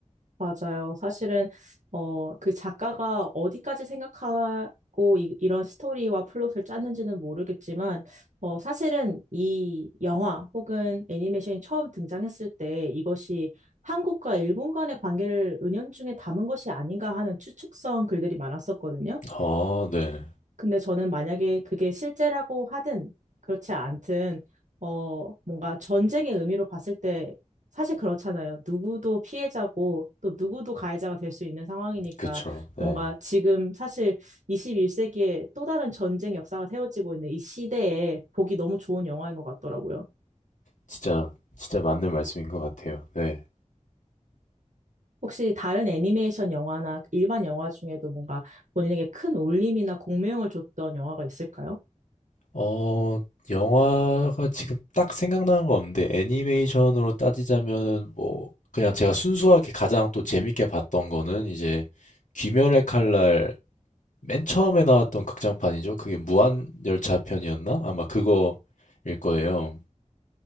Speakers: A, on the right; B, on the left.
A: 맞아요. 사실은 어, 그 작가가 어디까지 생각하고 이, 이런 스토리와 플롯을 짰는지는 모르겠지만 어, 사실은 이 영화 혹은 애니메이션이 처음 등장했을 때 이것이 한국과 일본 간의 관계를 은연중에 담은 것이 아닌가 하는 추측성 글들이 많았었거든요.
B: 아, 네.
A: 근데 저는 만약에 그게 실제라고 하든 그렇지 않든 어 뭔가 전쟁의 의미로 봤을 때 사실 그렇잖아요. 누구도 피해자고 또 누구도 가해자가 될 수 있는 상황이니까
B: 그쵸. 네.
A: 뭔가 지금 사실 21세기에 또 다른 전쟁 역사가 세워지고 있는 이 시대에 보기 너무 좋은 영화인 것 같더라고요.
B: 진짜, 진짜 맞는 말씀인 것 같아요. 네.
A: 혹시 다른 애니메이션 영화나 일반 영화 중에도 뭔가 본인에게 큰 울림이나 공명을 줬던 영화가 있을까요?
B: 어, 영화가 지금 딱 생각나는 거 없는데, 애니메이션으로 따지자면은, 뭐, 그냥 제가 순수하게 가장 또 재밌게 봤던 거는, 이제, 귀멸의 칼날, 맨 처음에 나왔던 극장판이죠. 그게 무한열차 편이었나? 아마 그거일 거예요.